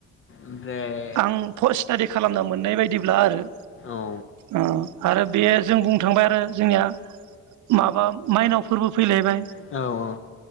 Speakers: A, on the left (about 45°); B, on the right (about 75°).
A: ओमफ्राय
B: आं पस्ट स्टाडि खालामना मोननाय बायदि ब्ला आरो
A: औ
B: ओ आरो बे जों बुंनो थांबाय आरो जोंनिया माबा माइनावफोरबो फैलायबाय
A: औ औ